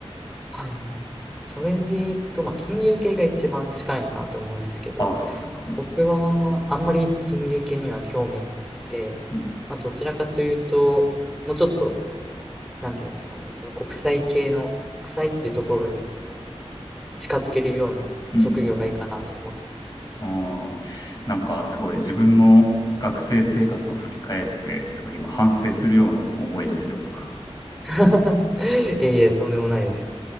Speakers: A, in the centre; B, on the left.
A: はい。はいそれで言うと、まあ、金融系が一番近いのかなと思うんですけど、
B: ああ、そっかそっか。うん。
A: 僕はあんまり金融系には興味がなくて、
B: うん。
A: まあ、どちらかというと、もうちょっとなんていうんですかね、その国際系の、国際っていうところに近づけるような職業がいいかなと思って。
B: うんうん。あーなんかすごい自分の学生生活を振り返って、すごい今反省するような思いですよ。
A: <laughs> いえいえ、とんでもないです。